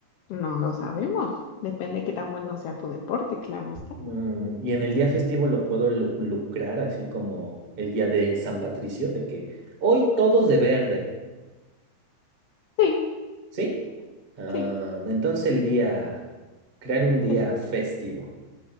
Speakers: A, on the left; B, on the right.
A: No lo sabemos. Depende de qué tan bueno sea tu deporte, claro está.
B: Mm, ¿Y en el día festivo lo puedo lu- lucrar así como el día de San Patricio, de que hoy todos de verde,
A: Sí,
B: ¿sí? Ah,
A: sí.
B: entonces el día, crear un día
A: Es
B: festivo.